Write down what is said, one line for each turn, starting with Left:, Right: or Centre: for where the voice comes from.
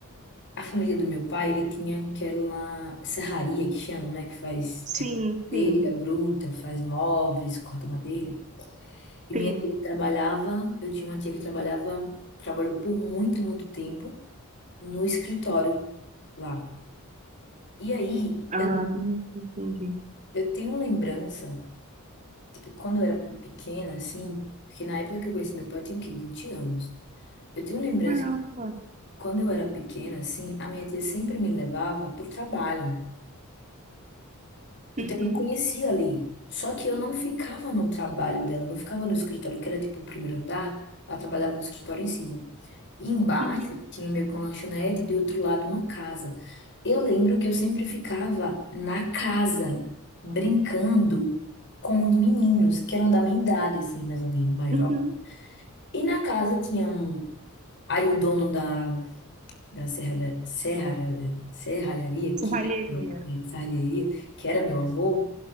Left: A família do meu pai, ele tinha aquela serraria que chamam, né? Que faz
Right: Sim,
Left: madeira
Right: sim,
Left: bruta, faz móveis, corta madeira. E minha
Right: sim.
Left: tia trabalhava, eu tinha uma tia que trabalhava, trabalhou por muito, muito tempo no escritório lá. E aí,
Right: Ah,
Left: eu,
Right: entendi.
Left: eu tenho lembrança, tipo, quando eu era pequena, assim, porque na época que eu conheci meu pai, eu tinha o quê? vinte anos. Eu tenho lembrança
Right: Caramba.
Left: Quando eu era pequena, assim, a minha tia sempre me levava para o trabalho. Então
Right: Uhum,
Left: eu conhecia ali. Só que eu não ficava no trabalho dela, não ficava no escritório, que era tipo o primeiro andar. Ela trabalhava no escritório em cima. E embaixo
Right: uhum,
Left: tinha meio que uma lanchonete e do outro lado uma casa. Eu lembro que eu sempre ficava na casa, brincando com os meninos, que eram da minha idade, assim, mais ou menos, mais
Right: uhum.
Left: jovens. E na casa tinha um. Aí o dono da da serralha- serralha- serralharia, que
Right: Serralheria.
Left: era, serralheria, que era meu avô,